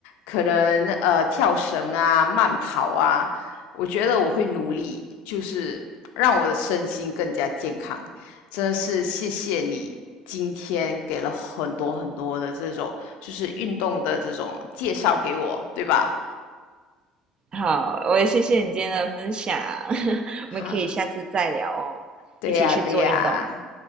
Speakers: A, on the left (about 75°); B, on the right (about 40°).
A: 可能呃跳绳啊、慢跑啊，我觉得我会努力，就是让我的身心更加健康。真的是谢谢你今天给了很多很多的这种就是运动的这种介绍给我，对吧？
B: 好，我也谢谢你今天的分享，<laughs>
A: 哈，
B: 我们可以下次再聊哦，
A: 对呀，
B: 一起去做运动。
A: 对呀，